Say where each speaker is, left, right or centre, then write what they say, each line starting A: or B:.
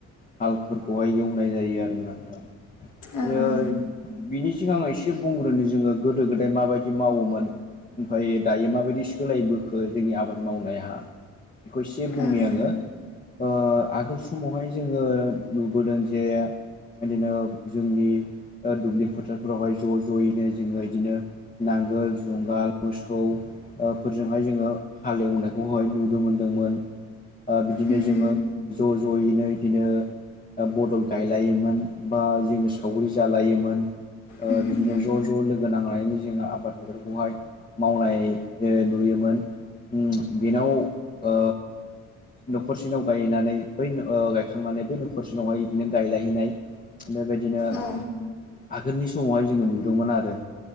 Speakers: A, on the left (about 25°); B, on the left (about 80°).
A: हालफोरखौहाय एवनाय जायो आरो ना नोंथां बिदिनो।
B: ओं
A: बिनि सिगां एसे बुंग्रोनो जोङो गोदो गोदाय माबायदि मावोमोन? ओमफ्राय दायो माबायदि सोलायबोखो जोंनि आबाद मावनाया। फै एसे बुंनि
B: ओं
A: आङो। ओ आगोल समावहाय जोङो नुबोदों जे। बिदिनो जोंनि दुब्लि फोथारफोरावहाय ज' ज'यैनो जोंङो इदिनो। नांगोल जुंगाल मोसौ ओ फोरजोंहाय जोंङो हालेवनायखौहाय नुदोंमोन। नंगौमोन ओ बिदिनो
B: उम
A: जोंङो ज' ज'यैनो बिदिनो बदल गायलायोमोन बा जोंङो सावरि जालायोमोन ओ।
B: उम
A: बिदिनो
B: उम
A: ज' ज' लोगो नांनायनि जोंङो आबाद फोथारखौहाय मावनाय ओ नुयोमोन। ओम बेनाव ओ न'खरसेनाव गायनानै बै ओ गायखांनानै बै न'खरसेनावहाय बिदिनो गायलायनाय। बेबायदिनो
B: औ
A: आगोलनि समावहाय जोंङो नुदोंमोन आरो।